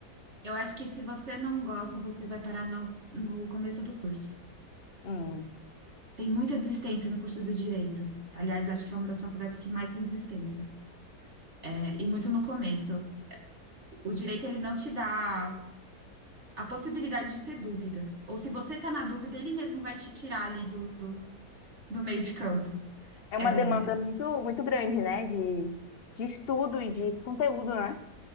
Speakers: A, on the right; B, on the left.
A: Eu acho que se você não gosta, você vai parar no, no começo do curso.
B: Hum.
A: Tem muita desistência no curso do direito. Aliás, acho que é uma das faculdades que mais tem desistência. É, e muito no começo. O direito, ele não te dá a possibilidade de ter dúvida. Ou se você tá na dúvida, ele mesmo vai te tirar ali do, do, do meio de campo.
B: É
A: É,
B: uma demanda muito, muito grande, né? De, de estudo e de conteúdo, né?